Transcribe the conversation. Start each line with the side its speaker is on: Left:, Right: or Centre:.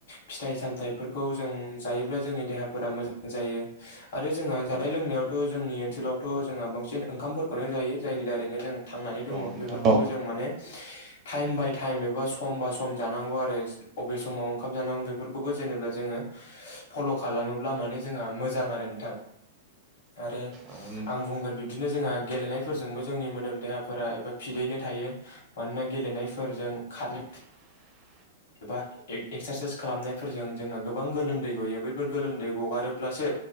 Left: फिथाइ सामथायाइफोरखौ जों जायोब्ला जोंनि देहाफोरा मोजां जायो आरो जोंहा जानाय
Right: औ
Left: लोंनायाव थ जोंनि ओनसोलावथ जोंहा बांसिन ओंखामफोरखौखौनो जायो जायनि दारैनो जों थांनानै दङ
Right: औ नोंथां
Left: बेफोरखौबो
Right: औ
Left: जों माने टाइम बाय टाइम एबा सम बा सम जानांगौ आरो बबे समाव ओंखाम जानांगौ बे बेफोरखौबो जेनेबा जोङो फल खालामोब्ला माने जोंहा मोजां आरो नोंथां आरो
Right: औ नोंथां
Left: आं बुंगोन बिदिनो जोंहा गेलेनायफोरजोंबो जोंनि मोदोम देहाफोरा एबा फिदैनो थायो मानोना गेलेनायफोरजों खारनो
Right: <inaudible>
Left: एबा एक्सारसाइस खालामनायफोरजों जोंना गोबां गोलोमदै गयो बैफोर गोलोमदै गगारोब्लासो